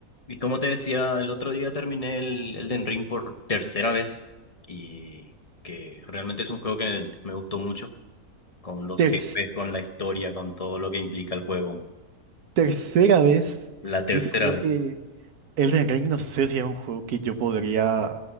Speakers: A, on the left (about 30°); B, on the right (about 80°).
A: Y como te decía, el otro día terminé el Elden Ring por tercera vez y que realmente es un juego que me gustó mucho, con los
B: ter-
A: jefes, con la historia, con todo lo que implica el juego.
B: tercera vez,
A: La tercera
B: yo te juro
A: vez.
B: que Elden Ring no sé si es un juego que yo podría